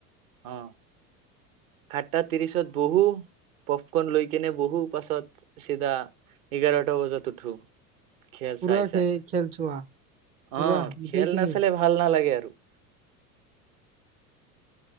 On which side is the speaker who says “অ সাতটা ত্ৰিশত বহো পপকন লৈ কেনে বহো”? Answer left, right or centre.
Right